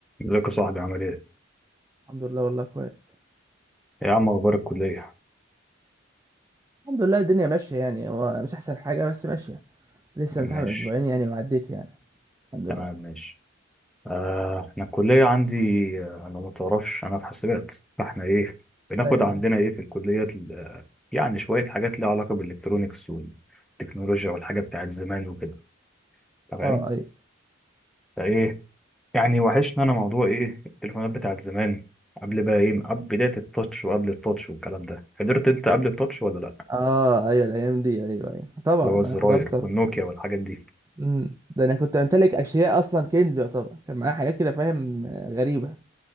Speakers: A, in the centre; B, on the right.
A: ازيك يا صاحبي عامل ايه؟
B: الحمد لله والله كويس
A: يا عم اخبار الكلية
B: الحمد لله الدنيا ماشية يعني هو مش أحسن حاجة بس ماشية لسه متعامل
A: ماشي
B: من أسبوعين يعني وعديت يعني الحمد
A: تمام
B: لله
A: ماشي آه انا الكلية عندي آه، انا ما تعرفش انا في حاسبات فاحنا ايه بناخد
B: أيوه
A: عندنا
B: أيوه
A: ايه في الكلية ال- آه، يعني شوية حاجات ليها علاقة بالالكترونيكس والتكنولوجيا والحاجات بتاعت زمان وكده تمام
B: أه أيوه
A: فايه يعني وحشنا انا موضوع ايه التليفونات بتاعت زمان قبل بقى ايه قبل بداية التاتش وقبل التاتش والكلام ده حضرت انت قبل التاتش ولا لا؟
B: أه أيوه الأيام دي أيوه أيوه طبعا
A: اللي هو
B: أنا
A: الزراير
B: حضرت طبعا
A: والنوكيا والحاجات دي
B: أمم. ده أنا كنت أمتلك أشياء أصلا كنز يعتبر كان معايا حاجات كده فاهم آه، غريبة